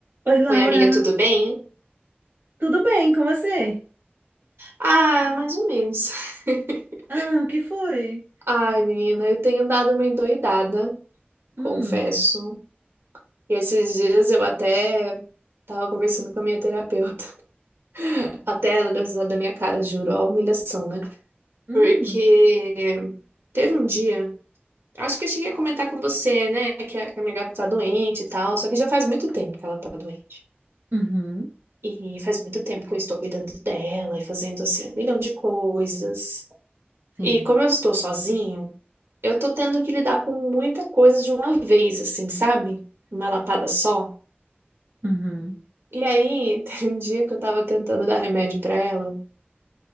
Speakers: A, on the right (about 60°); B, on the right (about 80°).
A: Oi, Laura.
B: Oi, amiga, tudo bem?
A: Tudo bem com você?
B: Ah, mais ou menos. <laughs>
A: Ah, o que foi?
B: Ai, menina, eu tenho dado uma endoidada,
A: Hum,
B: confesso. E esses dias eu até tava conversando com a minha terapeuta. <laughs> Até ela deu risada da minha cara, juro, ó, a humilhação, né?
A: hum,
B: Porque teve um dia, acho que eu cheguei a comentar com você, né, que a, que a minha gata tá doente e tal, só que já faz muito tempo que ela tá doente.
A: uhum,
B: E faz muito tempo que eu estou cuidando dela e fazendo assim um milhão de coisas.
A: sim,
B: E como eu estou sozinha, Eu tô tendo que lidar com muita coisa de uma vez, assim, sabe? Uma lapada só.
A: uhum,
B: E aí, <laughs> teve um dia que eu tava tentando dar remédio pra ela